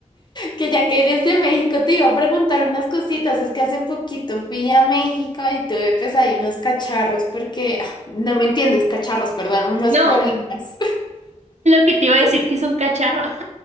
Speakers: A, on the left; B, on the right.
A: que ya que eres de México te iba a preguntar unas cositas. Es que hace poquito fui a México y tuve pues ahí unos cacharros porque, ah, no me entiendes, cacharros, perdón, unos
B: No,
A: problemas.
B: <laughs> lo que te iba a
A: <laughs>
B: decir que es un cacharro.